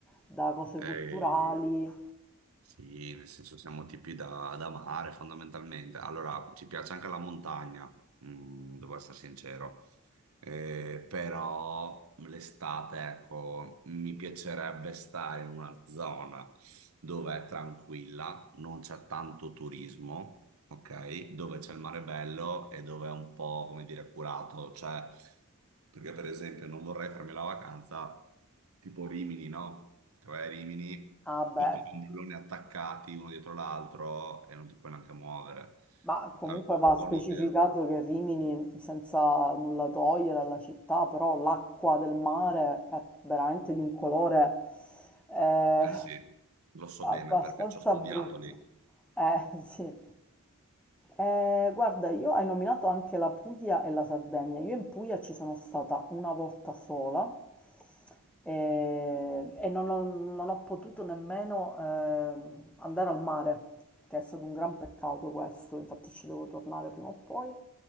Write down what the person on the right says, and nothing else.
ehm,
Sì, nel senso siamo tipi da, da mare fondamentalmente. Allora, ci piace anche la montagna, mm, devo essere sincero. Eh, però l'estate, ecco, mi piacerebbe stare in una zona dove è tranquilla, non c'è tanto turismo ok? Dove c'è il mare bello e dove è un po', come dire, curato, cioè, perché per esempio non vorrei farmi la vacanza tipo Rimini, no? Che vai a Rimini,
tutti i ombrelloni attaccati uno dietro l'altro e non ti puoi neanche muovere.
Avevo
un po'
un'idea.
Eh sì, lo so bene
perché ci ho studiato
lì.